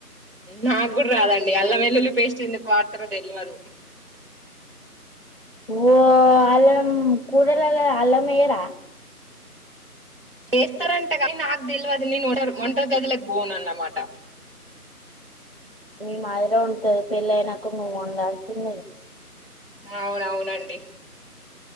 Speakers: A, on the right; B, on the left.
A: నాకు కూడా రాదండి అల్లం వెల్లుల్లి పేస్ట్ ఎందుకు వాడతారో తెల్వదు
B: ఓ అల్లం కూరలల అల్లం వేయరా
A: చేస్తారా అంట కానీ నాకు తెల్వద్ నేను వంట గది లో కి బోన్ అన్నమాట
B: మీ మాదిర వండుతది పెళ్ళి అయినాక నువ్ వండాల్సిందే
A: అవునవునండి